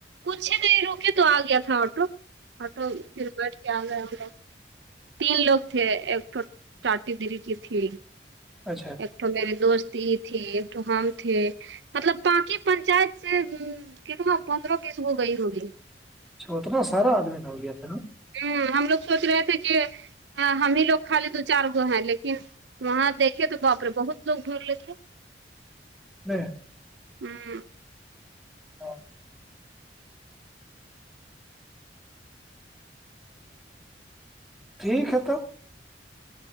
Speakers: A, on the right; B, in the centre.
A: کچھ ہی دیر رکے تو آ گیا تھا آٹو آٹو پھر ب کیا گئے ہم لوگ تین لوگ تھے ایک تو ٹاٹی دری کی تھی
B: اچھا
A: ایکٹو میے دوست یہ تھی ایکٹو ہم تھے مطلب پاناکی پنچایت سے کتنا پندرہ بیس ہو گئی ہوگی <unintelligible>
B: اتنا سارا آدمی ن نہ ہو گیا تھا نا
A: ہ ہم لوگ سوچ رہے تھے کہ ہم ہی لوگ خالی دو چار گو ہیں لیکن وہاں دیکھے تو باپرے بہت لوگ گول لیے تھے
B: ہوں
A: ہوں
B: ہاں <inaudible> ٹھیک ہے تب